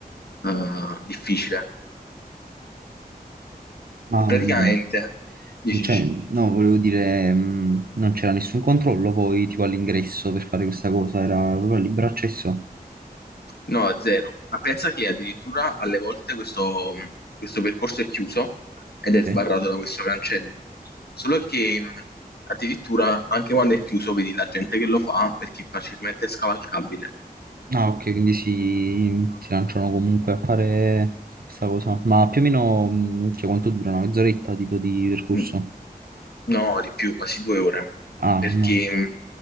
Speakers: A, on the left (about 80°); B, on the right (about 65°).
A: eh, difficile.
B: ma
A: Praticamente,
B: mh,
A: dici,
B: cioè,
A: dici,
B: no, volevo dire, mh, non c'era nessun controllo poi tipo all'ingresso per fare questa cosa, era proprio libero accesso.
A: no, zero. Ma pensa che addirittura alle volte questo, questo percorso è chiuso ed
B: Ok.
A: è sbarrato da questo cancello. Solo che mh, addirittura anche quando è chiuso vedi la gente che lo fa perché è facilmente scavalcabile.
B: Ah, ok, quindi si, si lanciano comunque a fare questa cosa. Ma più o meno, mh, cioè, quanto dura? Una mezz'oretta tipo di percorso?
A: Mm, No, di più, quasi due ore.
B: Ah,
A: Perché
B: mm.
A: mm,